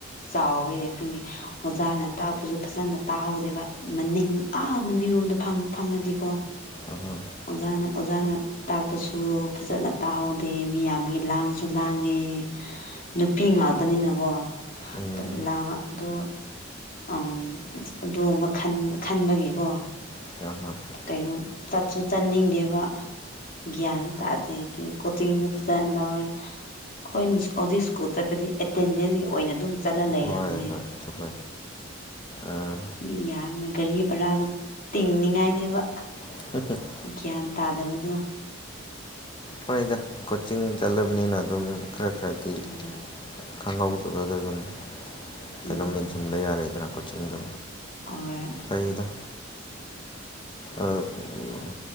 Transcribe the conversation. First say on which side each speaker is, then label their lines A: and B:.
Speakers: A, on the left; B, on the left.
A: ꯆꯥꯎꯋꯦ ꯑꯗꯨꯒꯤ ꯑꯣꯖꯥꯅ ꯇꯥꯛꯄꯁꯨ ꯐꯖꯅ ꯇꯥꯍꯧꯗꯦꯕ ꯃꯅꯤꯡ ꯑꯥ ꯃꯅꯤꯡꯔꯣꯝꯗ ꯐꯝ ꯐꯝꯃꯗꯤꯀꯣ
B: ꯑꯍꯥ
A: ꯑꯣꯖꯥꯅ ꯑꯣꯖꯥꯅ ꯇꯥꯛꯄꯁꯨ ꯐꯖꯅ ꯇꯥꯍꯧꯗꯦ ꯃꯤꯌꯥꯝꯃꯤ ꯂꯥꯡꯁꯨ ꯂꯥꯡꯉꯦ ꯅꯨꯄꯤ ꯉꯥꯛꯇꯅꯤꯅꯀꯣ
B: ꯎꯝ
A: ꯇꯜꯂꯕ ꯗꯣ ꯑꯝ ꯑꯗꯨꯒꯨꯝꯕ ꯈꯟ ꯈꯟꯕꯒꯤꯀꯣ
B: <unintelligible>
A: ꯀꯩꯅꯣ ꯆꯠꯁꯨ ꯆꯠꯅꯤꯡꯗꯦꯕ ꯒ꯭ꯌꯥꯟꯁꯨ ꯇꯥꯗꯦ ꯑꯗꯨ ꯀꯣꯆꯤꯡꯖꯨ ꯐꯖꯅ ꯂꯧꯔꯦ ꯑꯩꯈꯣꯏꯅ ꯍꯧꯖꯤꯛ ꯁ꯭ꯀꯨꯜ ꯆꯠꯄꯗꯤ ꯑꯦꯇꯦꯟꯗꯦꯟꯁꯀꯤ ꯑꯣꯏꯅ ꯑꯗꯨꯝ ꯆꯠꯂ ꯂꯩꯔꯝꯅꯦ
B: ꯍꯣꯏ ꯍꯣꯏ ꯆꯨꯝꯃꯦ ꯑꯥ
A: ꯃꯤ ꯌꯥꯝꯃ ꯒꯥꯔꯤ ꯚꯔꯥꯁꯨ ꯇꯤꯡꯅꯤꯡꯉꯥꯏꯅꯦꯕ
B: <unintelligible>
A: ꯒ꯭ꯌꯥꯟ ꯇꯥꯗꯕꯗꯨ
B: ꯍꯣꯏꯗ ꯀꯣꯆꯤꯡ ꯆꯠꯂꯕꯅꯤꯅ ꯑꯗꯨꯝ ꯈꯔ ꯈꯔꯗꯤ
A: ꯎꯝ
B: ꯈꯪꯍꯧꯗꯕꯗ ꯗꯨꯝ
A: ꯎꯝ
B: ꯀꯩꯅꯣꯝ ꯃꯦꯟꯁꯤꯡꯟꯕꯌꯥꯔꯦꯗꯅ ꯀꯣꯆꯤꯡꯗꯣ
A: ꯍꯣꯏ
B: ꯐꯩꯗ ꯑ ꯎꯝ